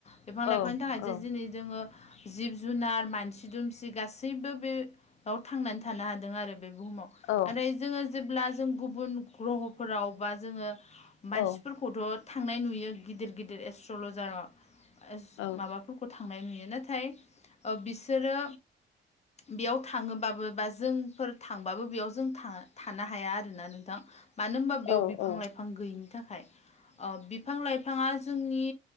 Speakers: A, on the left (about 35°); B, on the left (about 85°).
A: बिफां लाइफांनि
B: औ
A: थाखायसो
B: औ
A: दिनै जोङो जिब जुनार मानसि दुमसि गासैबो बे याव थांनानै थानो हादों आरो बे बुहुमाव
B: औ
A: नाथाय जोङो जेब्ला जों गुबुन ग्रहफोराव बा जोङो मानसिफोरखौथ'
B: औ
A: थांनाय नुयो। गिदिर गिदिर एस्ट्रलजारा एस
B: औ
A: माबाफोरखौ थांनाय नुयो नाथाय। ओ बिसोरो बेयाव थाङोबाबो बा जोंफोर थांबाबो बेयाव जों था-थानो हाया आ रोना नोंथां, मानो होनबा बेयाव
B: औ
A: बिफां लाइफां गैयिनि थाखाय ओ बिफां लाइ फाङा जोंनि